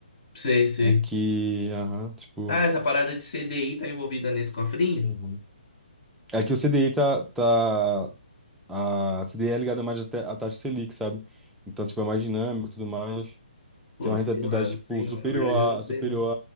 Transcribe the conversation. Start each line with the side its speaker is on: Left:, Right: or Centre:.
Left: Sei, sei.
Centre: É que, aham, tipo...
Left: Ah, essa parada de CDI tá envolvida nesse cofrinho?
Centre: uhum. É que o C D I tá, tá. A CDI é ligada mais à ta- à taxa Selic, sabe? Então, tipo, é mais dinâmico e tudo mais.
Left: Pô,
Centre: Tem uma
Left: sei
Centre: rentabilidade,
Left: lá, não
Centre: tipo,
Left: sei não.
Centre: superior
Left: Na verdade, eu não sei
Centre: à, superior
Left: não.